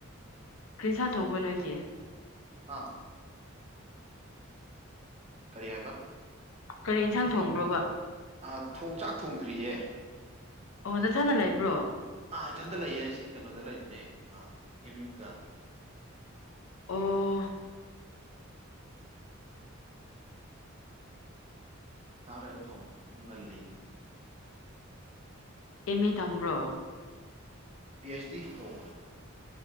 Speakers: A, on the left; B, on the right.
A: ꯀ꯭ꯔꯤꯁꯥꯡ ꯊꯣꯡꯕ ꯅꯣꯏꯒꯤ
B: ꯍꯥ ꯀꯔꯤ ꯍꯥꯏꯄ
A: ꯀꯔꯤ ꯏꯟꯁꯥꯡ ꯊꯣꯡꯕ꯭ꯔꯕꯥ
B: ꯑꯥ ꯊꯣꯡ ꯆꯥꯛ ꯊꯣꯡꯗ꯭ꯔꯤꯌꯦ
A: ꯑꯣ ꯅꯊꯟꯗ ꯂꯩꯕ꯭ꯔꯣ
B: ꯑꯥ ꯏꯊꯟꯇ ꯂꯩꯌꯦ ꯁꯤ ꯀꯩꯅꯣꯗ ꯂꯩꯕꯅꯦ ꯑꯥ ꯑꯦꯝ ꯌꯨꯗ
A: ꯑꯣ
B: ꯉꯍꯥꯛ ꯂꯩꯔ ꯊꯣꯡꯉꯅꯤ ꯁꯨꯝ ꯉꯜꯂꯤꯅ
A: ꯑꯦꯝ ꯎ ꯇꯝꯕ꯭ꯔꯣ
B: ꯄꯤ ꯑꯩꯆꯗꯤ ꯇꯧ